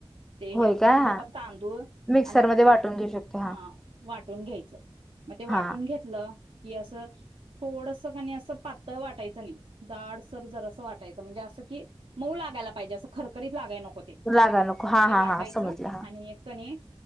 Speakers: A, on the right; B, in the centre.
A: ते
B: होय
A: ह्य
B: काय
A: म्हणजे तो
B: हा
A: पर्यंत तांदूळ
B: मिक्सरमध्ये
A: आणि आपली
B: वाटून घेऊ शकते हा
A: ह वाटून घ्यायचं म ते
B: हा
A: वाटून घेतलं की असं- थोडसं कनय असं पातळ वाटायचं नाई जाडसर जरास वाटायचं म्हणजे असं की- मऊ लागायला पाहिजे असं खरखरीत लागायला नको ते
B: लागा नको हा
A: म ते
B: हा
A: वाटायचं
B: हा समजलं हा
A: आणि एक कणी